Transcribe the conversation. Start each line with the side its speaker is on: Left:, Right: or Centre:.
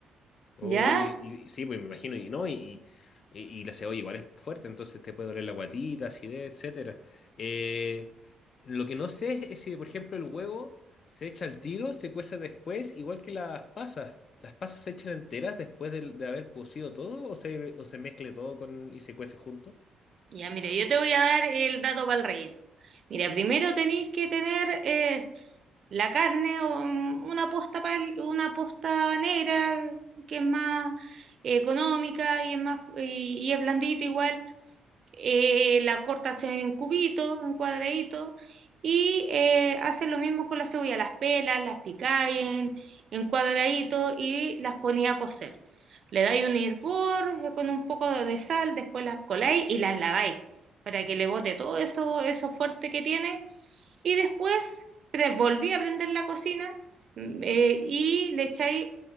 Left: Uy,
Right: ya,
Left: y, y sí, pues me imagino, y no, y, y, y la cebolla igual es fuerte, entonces te puede doler la guatita, acidez, etcétera. Eh, lo que no sé es si, por ejemplo, el huevo se echa al tiro, se cuece después, igual que las pasas. ¿Las pasas se echan enteras después del- de, haber cocido todo o se, o se mezcle todo con, y se cuece junto?
Right: ya, mira, yo te voy a dar el dato para el relleno. Mira, primero tenéis que tener eh, la carne o un- una posta, pal- una posta negra que es más eh, económica y es más y, y es blandito igual. Eh, la cortas en cubitos, en cuadraditos y eh, haces lo mismo con la cebolla, las pelas, las picáis en, en cuadraditos y las ponía a cocer. Le dais un hervor eh, con un poco de sal, después las coláis y las laváis para que le bote todo eso, eso fuerte que tiene y después pre- volví a prender la cocina mm, eh, y le echáis